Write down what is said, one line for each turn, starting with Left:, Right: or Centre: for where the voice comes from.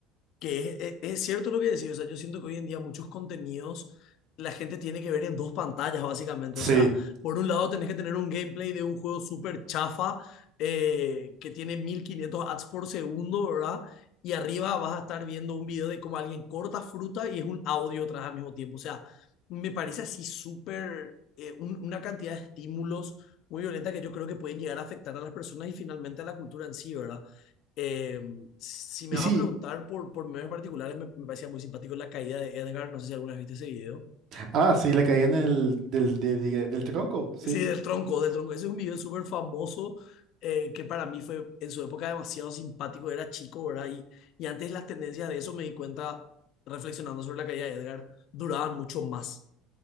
Left: Que es, e, es- cierto lo que decís, o sea, yo siento que hoy en día muchos contenidos la gente tiene que ver en dos pantallas, básicamente.
Right: Sí.
Left: O sea, por un lado tenés que tener un gameplay de un juego súper chafa eh, que tiene 1500 ads por segundo, ¿verdad? Y arriba vas a estar viendo un video de cómo alguien corta fruta y es un audio atrás al mismo tiempo. O sea, me parece así súper, eh, un- una cantidad de estímulos muy violenta que yo creo que pueden llegar a afectar a las personas y finalmente a la cultura en sí, ¿verdad? Em, si me
Right: Y
Left: vas
Right: sí,
Left: a preguntar por, por memes particulares, me, me parecía muy simpático la caída de Edgar. No sé si alguna vez viste ese video.
Right: ah, sí, la caída en el, del, de- de- del tronco, sí.
Left: Sí, del tronco, del tronco. Ese es un video súper famoso eh, que para mí fue en su época demasiado simpático. Era chico, ¿verdad? Y, y antes las tendencias de eso me di cuenta reflexionando sobre la caída de Edgar duraban mucho más.